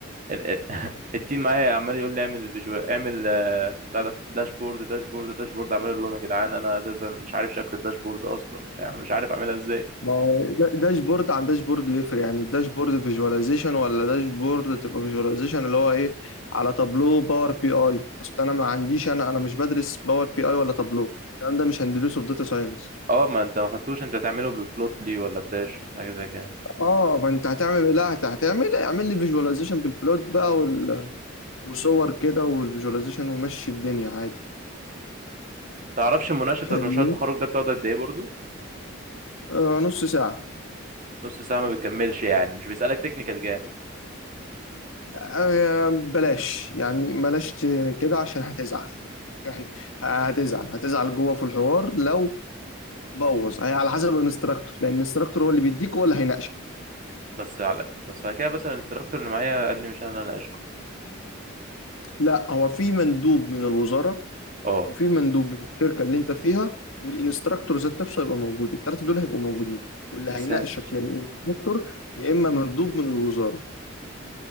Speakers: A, on the right (about 40°); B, on the left (about 85°).
A: ال- ال- <laughs> التيم معايا عمال يقول لي اعمل فيجوال اعمل آه، بتاع ده داشبورد داشبورد داشبورد عمال اقول لهم يا جدعان انا اساسا مش عارف شكل الداشبورد اصلا يعني مش عارف اعملها ازاي
B: ما هو دا- داشبورد عن داشبورد يفرق يعني الداشبورد فيجواليزيشن ولا داشبورد تبقى فيجواليزيشن اللي هو ايه على تابلو باور بي اي اصل انا ما عنديش انا انا مش بدرس باور بي اي ولا تابلو الكلام ده مش هندرسه في داتا ساينس
A: اه ما انت ما خدتوش انت تعمله ببلوت لي ولا بداش حاجه زي كده
B: اه فانت هتعمل إيه؟ لا هت- هتعمل إيه؟ اعمل لي فيجواليزيشن بالبلوت بقى وال... وصور كده والفيجواليزيشن ومشي الدنيا عادي
A: تعرفش المناقشه
B: فاهمني
A: بتاعت مشروع التخرج ده بتقعد قد ايه برضه
B: آه نص ساعة
A: نص ساعه ما بتكملش يعني مش بيسالك تكنيكال جامد
B: آه بلاش يعني بلاش ت- كده عشان هتزعل <laughs> يعني هتزعل هتزعل جوه في الحوار لو بوظ هي على حسب الانستراكتور لان الانستراكتور هو اللي بيديك هو اللي هيناقشك
A: بس على بس على كده مثلا الانستراكتور اللي معايا قال لي مش انا اللي اشكو
B: لا هو في مندوب من الوزارة
A: اه
B: وفي مندوب من الشركه اللي انت فيها والانستراكتور ذات نفسه هيبقى موجود الثلاثه دول هيبقوا موجودين واللي
A: يا
B: هيناقشك
A: ساتر
B: يعني الانستراكتور يا اما مندوب من الوزاره